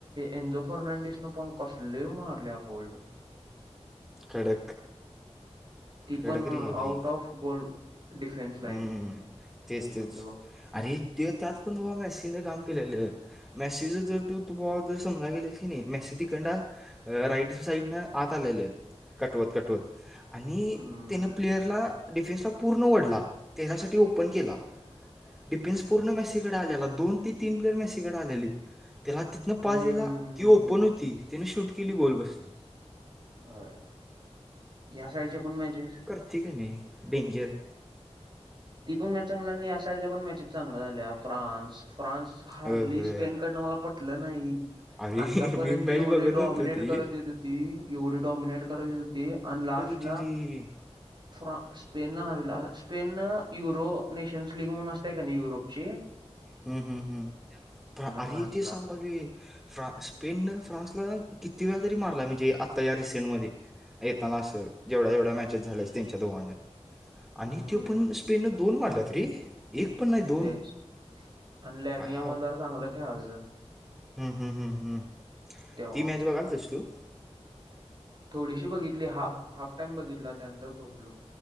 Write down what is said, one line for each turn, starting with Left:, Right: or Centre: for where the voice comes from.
Right: एनझो फर्नांडीस न पण कसले मारल्यात गोल
Centre: कडक
Right: ती
Centre: कडक
Right: पण out
Centre: रे भाई
Right: of goal defence line
Centre: हम्म तेच
Right: म्हणजे
Centre: तेच
Right: बघ
Centre: अरे ते त्यात पण भावा मॅसीने काम केलेलं मॅसीच जर तू तु भावा जर समजायला गेले की नाही मॅसी तिकंडन राईट साईडनं आत आलेलं कटवत कटवत आणि,
Right: हम्म
Centre: त्यानं प्लेयरला,, डिफेन्सला पूर्ण ओढला, त्याच्यासाठी ओपन केला. डिफेन्स पूर्ण मेसीकडं आलेला, दोन ते तीन प्लेअर मसीकडे आलेलीत. त्याला तिथनं पास
Right: हम्म
Centre: दिला, ती ओपन होती, तिने शूट केली गोलबसली.
Right: होय,, ह्या साईडच्या पण मॅचेस,,
Centre: ती कनी डेंजर
Right: ती पण मॅच चांगली आणि या साईडच्या पण मॅचेस चांगल्या झाल्या फ्रान्स फ्रान्स
Centre: डेंजर
Right: हारली स्पेन कडनं मला पटलं नाही
Centre: अरे
Right: आतापर्यंत
Centre: मी मॅच
Right: एवढी
Centre: बघत
Right: डॉमिनेट
Centre: नव्हतो ती
Right: करत येत होती एवढी डॉमिनेट करत येत होती आणि last
Centre: तीती <unintelligible>
Right: फ्रान Spain <unintelligible> स्पेनं, Euro, nations league म्हणून असतय का नाही, युरोपचीऽ
Centre: हम् हम् हम्म,,, आरे
Right: फ्रान्सला
Centre: इ तेच सांगालोय. हां, स्पेननं फ्रान्सला, किती वेळा तरी मारलाय, म्हणजे आता या,, रिसेंटमध्ये. येताना असं, जेवढ्या जेवढ्या मॅचेस झाल्या, स तनच्या दोघांच्याऽ आणि
Right: हम्म
Centre: ते पण, स्पेन न दोन वाढल्यात रे, एक पण नाही दोन.
Right: तेच आणि लॅ
Centre: काय
Right: मी आम्हाला जरा चांगलं खेळालतं.
Centre: हम् हम्, हम् ह्.
Right: तेव्हा
Centre: ती मॅच बघाल तस तू?
Right: थोडीशी बघितली हाफ, हाफ टाइम बघितला, त्यानंतर झोपलो.